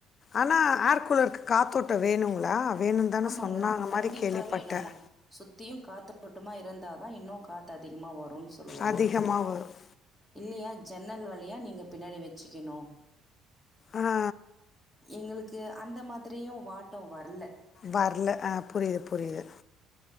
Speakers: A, on the left (about 40°); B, in the centre.
A: ஆனா ஏர் கூலருக்கு காத்தோட்ட வேணுங்களா வேணும் தானே
B: ஆமாங்க
A: சொன்னாங்க
B: கண்டிப்பா
A: மாதிரி கேள்விப்பட்டேன்
B: வேணுமா சுத்தியு காத்து ஓட்மா இருந்தாதா இன்னு காத்து அதிகமா வருன்னு சொல்லுவாங்க
A: அதிகமாக வரும்
B: இல்லையா ஜன்னல் வழியா நீங்க பின்னாடி வெச்சிக்கணு
A: ஆ
B: எங்களுக்கு அந்த மாதிரியு வாட்டோ வரல
A: வர்ல அ புரிது புரிது